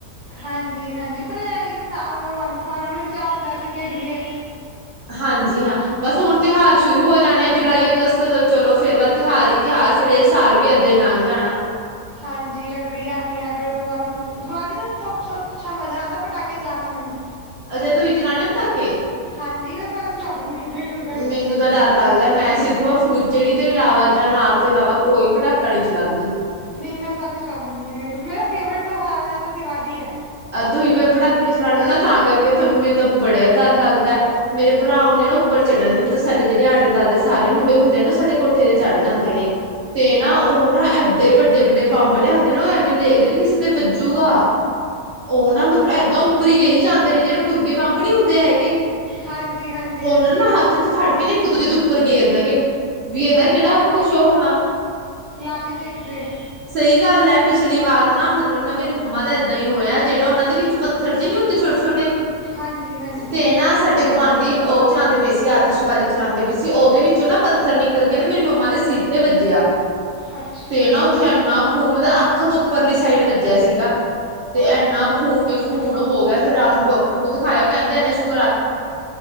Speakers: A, on the left; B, on the right.
A: ਹਾਂਜੀ ਹਾਂਜੀ ਭਰਿਆ ਵੀ ਸਾਲ ਨੂੰ ਵੀ ਚਾਹ ਹੁੰਦਾ ਅਸੀਂ ਖੇਡੀਏ।
B: ਹਾਂਜੀ ਹਾਂ, ਬਸ ਹੁਣ ਤਿਉਹਾਰ ਸ਼ੁਰੂ ਹੋ ਜਾਣੇ ਆ ਜੁਲਾਈ ਅਗਸਤ ਤੋਂ ਚਲੋ ਫੇਰ ਬਸ ਤਿਉਹਾਰ ਹੀ ਤਿਉਹਾਰ ਫੇਰ ਇਹ ਸਾਲ ਵੀ ਏਦਾਂ ਹੀ ਲੰਘ ਜਾਣਾ।
A: ਹਾਂਜੀ ਰੱਖੜੀ ਆਉਣੀ ਹੈ ਫਿਰ ਦੀਵਾਲੀ ਦੁ, ਦੀਵਾਲੀ ਦਾ ਸਭ ਤੋਂ ਅੱਛਾ ਮਜ਼ਾ ਆਉਂਦਾ ਪਟਾਕੇ ਚਲਾਉਣ ਦਾ ਮੈਨੂੰ।
B: ਅਜੇ ਤੋਂ ਹੀ ਚਲਾਉਨੇ ਨੇ ਪੱਟਾਕੇ
A: ਹਾਂਜੀ ਮੈਂ ਸਾਰੇ ਚਲਾ ਲੈਦੀ ਹਾਂ, ੲ ਟੂ ਜੇ਼ਡ।
B: ਮੈਨੂੰ ਤਾਂ ਡਰ ਲੱਗਦਾ ਮੈਂ ਸਿਰਫ ਆ ਫੁਲਚੜੀ ਤੋਂ ਇਲਾਵਾ ਜਾਂ ਅਨਾਰ ਤੋਂ ਇਲਾਵਾ ਕੋਈ ਪਟਾਕਾ ਨਹੀਂ ਚਲਾਉਂਦੀ।
A: ਨਹੀਂ ਮੈਂ ਸਾਰੇ ਚਲਾ ਲੈਦੀ ਹਾਂ, ਏ ਟੂਰ ਮੈਂ ਫੇਵਰੇਟ ਤਉਹਾਰ ਜ਼ਿਆਦਾ ਦੀਵਾਲੀ ਏ।
B: ਆਹ ਤੁਸੀਂ ਫੇਰ ਪਟਾਕੇ ਚਲਾਉਦੇ ਨਾ ਤਾਂ ਕਰਕੇ ਤੁਹਾਨੂੰ, ਮੈਨੂੰ ਤਾਂ ਬੜੇਆ ਡਰ ਲੱਗਦਾ। ਮੇਰੇ ਭਰਾ ਉਹਨੇ ਨਾ ਉੱਪਰ ਚੜਨਗੇ ਮਤਲਬ ਸਾਡੇ ਜਿਹੜੇ ਆਲੇ ਦੁਆਲੇ ਦੇ ਸਾਰੇ ਮੁੰਡੇ ਹੁੰਦੇ ਨਾ ਉਹ ਸਾਡੇ ਕੋਠੇ ਦੇ ਚੜ੍ਹ ਜਾਂਦੇ ਨੇ, ਤੇ ਨਾ ਉਹ ਨਾ ਐਡੇ ਵੱਡੇ ਵੱਡੇ ਬੰਬ ਲਿਆਦੇ ਨੇ ਉਹ ਐਵੇਂ ਨੀ ਦੇਖਦੇ ਵੀ ਕਿਸੇ ਦੇ ਵੱਜੂਗਾ। ਉਹ ਨਾ ਮਤਲਬ ਏਦਾਂ ਉਪਰ ਹੀ ਗੇਰੀ ਜਾਂਦੇ ਨੇ ਜਿਹੜੇ ਮੁਰਗੇ ਬੰਬ ਨੀ ਹੁੰਦੇ ਹੈਗੇ।
A: ਹਾਂਜੀ ਹਾਂਜੀ
B: ਉਹਨਾ
A: ਹਾਂਜੀ
B: ਨੂੰ ਹੱਥ ਚ ਫੜ ਕੇ ਨਾ ਇੱਕ ਦੂਜੇ ਦੇ ਉੱਪਰ ਗੇਰਨਗੇ, ਵੀ ਇਹਦਾ
A: ਹਾਏ
B: ਕਿਹੜਾ
A: ਭਾਵੇਂ
B: ਕੁਛ ਹੋਣਾ
A: ਲੱਗ ਜੇ ਕਿਤੇ
B: ਸਹੀ ਗੱਲ ਹੈ ਪਿਛਲੀ ਵਾਰ ਨਾ ਮਤਲਬ ਨਾ ਮੇਰੀ ਮੰਮਾ ਦਾ ਏਦਾਂ ਹੀ ਹੋਇਆ ਜਿਹੜਾ ਉਹਨਾਂ ਦੇ ਵਿੱਚ ਪੱਥਰ ਜੇ ਨਹੀ ਹੁੰਦੇ ਛੋਟੇ ਛੋਟੇ,
A: ਹਾਂਜੀ ਹਾਂਜੀ
B: ਤੇ ਨਾ ਸਾਡੇ ਗੁਆਂਢੀ ਉਹ ਚਲਾਉਂਦੇ ਪਏ ਸੀ ਆਤਿਸ਼ਬਾਜ਼ੀ ਚਲਾਉਂਦੇ ਪਏ ਸੀ ਉਹਦੇ ਵਿੱਚੋਂ ਨਾ ਪੱਥਰ ਨਿਕਲ ਕੇ ਨਾ ਮੇਰੀ ਮੰਮਾ ਦੇ ਸਿਰ ਤੇ ਵੱਜਿਆ,
A: ਅੱਛਾ
B: ਤੇ ਨਾ ਉੱਥੇ ਇੰਨਾ ਖੂਨ ਮ ਅੱਖ ਤੋਂ ਉਪਰਲੀ ਸਾਈਡ ਵੱਜਿਆ ਸੀਗਾ ਤੇ ਏਣਾ ਖੂਨ ਹੀ ਖੂਨ ਹੋ ਗਿਆ ਫਿਰ ਰਾਤ ਨੂੰ ਡਾਕਟਰ ਨੂੰ ਦਿਖਾਯਾ, ਔ ਕਹਿੰਦੇ ਊਣਾ ਸੁ਼